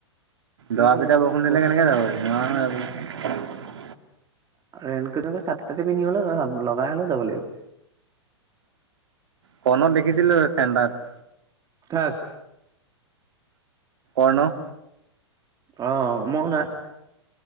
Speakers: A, on the right; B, on the right.
A: কি
B: দৰা
A: হয়
B: পিঠা
A: জানো
B: বৰষুণ দিলে
A: ক'ত
B: কেনেকে যাব য
A: ৰেকু চাটি তাটি পিন্ধি হলে লগাই হলেও যাব লাগিব <unintelligible>
B: কণত দেখিছিলো চেণ্ডাত <unintelligible>
A: থাক
B: অনন <unintelligible>
A: অ মই নহ